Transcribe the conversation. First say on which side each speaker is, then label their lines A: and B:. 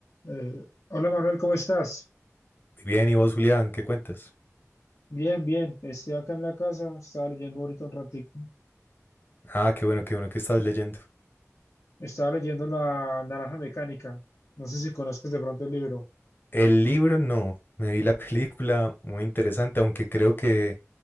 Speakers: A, on the left; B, on the left.
A: Eh, hola Manuel, ¿cómo estás?
B: Muy bien, ¿y vos, Julián, qué cuentas?
A: Bien, bien, estoy acá en la casa, estaba leyendo ahorita un ratico.
B: Ah, qué bueno, qué bueno que estás leyendo.
A: Estaba leyendo La Naranja Mecánica, no sé si conozcas de pronto el libro.
B: El libro no, me vi la <laughs> película muy interesante, aunque creo que,